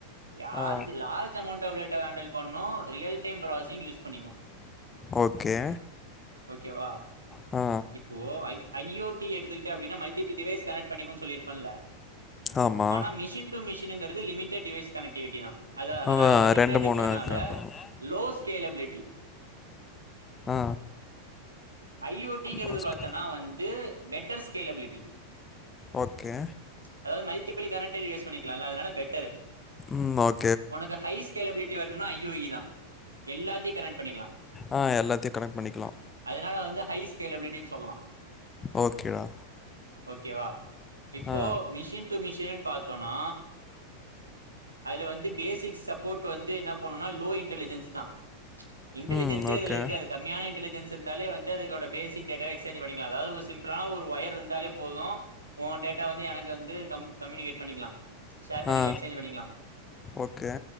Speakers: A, on the right; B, on the left.
A: யார்ஜ்
B: ஆ.
A: large amount of data handle பண்ணு ரியல் டைம் ப்ராசஸிங் யூஸ் பண்ணிக்கு
B: ஓகே
A: ஓகேவா
B: ஆ
A: இப்போ ஐ ஐயோட்டி எடுத்துக்கிட்ட அப்டின்னா மல்டிபி டிவேஸ் கனேட் பண்ணிக்குனு சொல்லிருப்பேல்ல
B: ஆமா.
A: ஆனா மிஷின் டு மிஷினுங்கிறது லிமிடெட் டிவைஸ் கனெக்டிவிட்டி தா அது இதனால
B: அவன்
A: லிமிடெட்டுன்றனால
B: கனெக்ட் பண்ணுவான்.
A: லோ ஸ்கேலபிலிட்டி
B: ஆ
A: ஐ ஓட்டிங்கிறது
B: பாஸ்கெட்.
A: பாத்தனா வந்து பெட்டர் ஸ்கேலபிலிட்டி
B: ஓகே
A: அதாவது மல்டிபிள் கனெக்டர் யூஸ் பண்ணிக்கலால்ல அதனால பெட்டரு
B: ம் ஓக்
A: உனக்கு ஹை ஸ்கேலபிலிட்டி வரனுனா ஐ ஓ இ தா எல்லாத்தியு கனெக்ட் பண்ணிக்கலா
B: ஆ எல்லாத்தையு கனெக்ட் பண்ணிக்கலா
A: அதனால வந்து ஹை ஸ்கேலபிலிட்டின் சொல்லலா
B: ஓகேடா
A: ஓகே வா இப்போ
B: ஆ.
A: மிஷின் டு மிஷின் பாத்தோனா அதுல வந்து பேசிக்ஸ் சப்போட் வந்து என்ன பண்ணுனா லோ இன்டலிஜென்ஸ் தா இன்டலிஜன்ஸே
B: ம் ஓகே
A: அதுல இருக்காது கம்மியான இன்டலி ஜன்ஸ் இருந்தாலே வந்து அதுக்கோட பேசிக் டேட்டாவ எக்ஸ்சேஞ்ச் பண்ணிக்கலா அதாவது ஒரு சிம்பிளா ஒரு ஒயர்ருந்தாலே போது ஒ டேட்டா வந்து எனக்கு வந்து கம் கம்யூனிகேட் பண்ணிக்கலா ஷேர் பண்ணிக்கலா
B: ஆ
A: எக்ஸ்சேஞ்ச் பண்ணிக்கலா
B: ஓகே